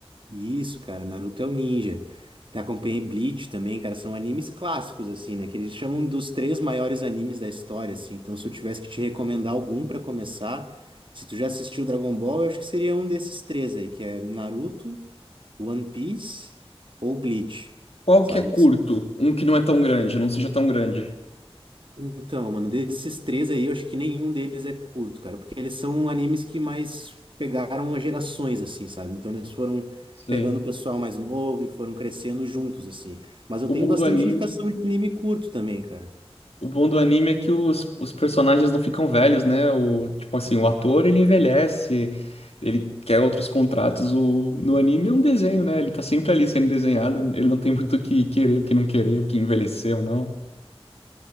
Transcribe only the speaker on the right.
Isso, cara, Naruto é o ninja. Acompanhei Bleach também, cara, são animes clássicos, assim, né? Que eles chamam dos três maiores animes da história, assim. Então, se eu tivesse que te recomendar algum pra começar, se tu já assistiu Dragon Ball, eu acho que seria um desses três aí, que é Naruto, One Piece ou Bleach,
sabe?
Que
Então, mano, desses três aí, eu acho que nenhum deles é curto, cara, porque eles são animes que mais pegaram as gerações, assim, sabe? Então eles foram
pegando o pessoal mais novo e foram crescendo juntos, assim. Mas eu
tenho
bastante
indicação de anime curto também, cara.